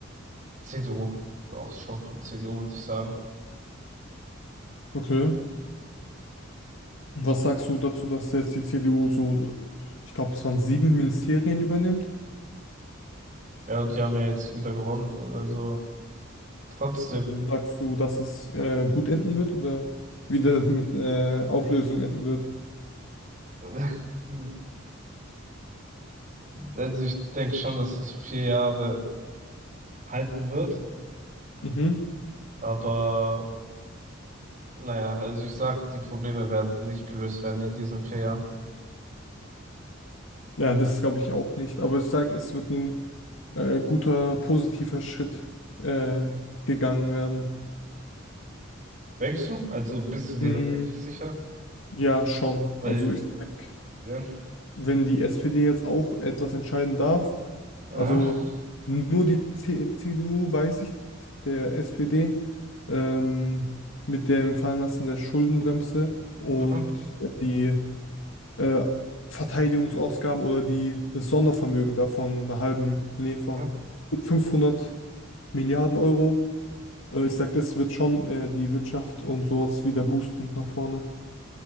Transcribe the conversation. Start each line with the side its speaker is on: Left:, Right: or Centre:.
Right: CDU, auch schon von CDU würde ich sagen.
Left: Okay. Was sagst du dazu, dass jetzt die CDU so, ich glaube, es waren sieben Ministerien übernimmt?
Right: Ja, die haben ja jetzt wieder gewonnen, also trotzdem.
Left: Also sagst du, dass es äh, gut enden wird oder wieder mit äh, Auflösung enden wird?
Right: <laughs> Also ich denke schon, dass es vier Jahre halten wird,
Left: Mhm.
Right: aber naja, also ich sag, die Probleme werden nicht gelöst werden in diesen vier Jahren.
Left: Ja, das glaube ich auch nicht. Aber ich sage, es wird ein äh, guter, positiver Schritt äh, gegangen werden.
Right: Denkst du? Also bist du dir
Left: Mm,
Right: da wirklich sicher?
Left: ja, schon.
Right: Weil,
Left: Also ich sag,
Right: ja.
Left: wenn die SPD jetzt auch etwas entscheiden darf,
Right: Aha.
Left: also nur die C- CDU, weiß ich, nicht, der SPD, ähm, mit dem Fallenlassen der Schuldenbremse und
Right: Mhm.
Left: ja, die äh, Verteidigungsausgaben oder die, das Sondervermögen davon, einer halben, nee, von
Right: Mhm.
Left: fünfhundert Milliarden Euro. Äh, ich sag, das wird schon äh, die Wirtschaft und sowas wieder boosten nach vorne.